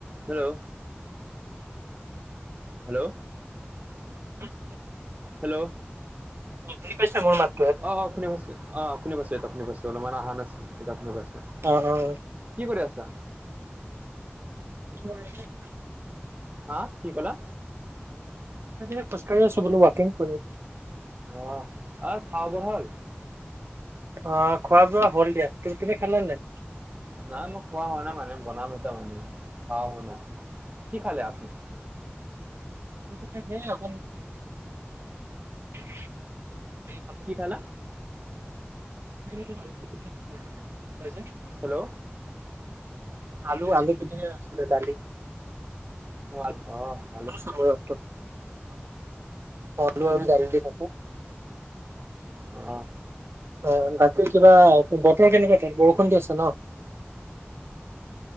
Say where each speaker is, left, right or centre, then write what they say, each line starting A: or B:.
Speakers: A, on the right; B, on the right.
A: Hello hello.
B: <unintelligible>
A: Hello.
B: অ শুনি পাইছা মোৰ মাত।
A: অ অ শুনি পাইছে অ শুনি পাইছে এতিয়া শুনি পাইছে অলপ মানে অহা নাছিল এতিয়া শুনি পাইছোঁ
B: অ অ
A: কি কৰি আছা?
B: মই এনেই <unintelligible>
A: হা কি ক'লা?
B: মই এতিয়া খোজ কাঢ়ি আছোঁ বোলো ৱাকিং কৰি
A: অ আহ খাব বোৱা হল?
B: অ খোৱা বোৱা হ'ল দিয়া তুমি খালা নাই?
A: নাই মই খোৱা হোৱা নাই মানে বনাম তাৰমানে অ শুনা কি খালে আপুনি?
B: <unintelligible> <unintelligible>
A: কি খালা?
B: <unintelligible>
A: হেল্লো
B: আলু আলু পিটিকা আছিলে দালি।
A: মোৱাল অ <unintelligible>
B: <unintelligible> আলু আৰু দালি দি খালো
A: অ
B: অ বাকী কিবা বতৰ কেনেকুৱা তাত বৰষুণ দি আছে ন।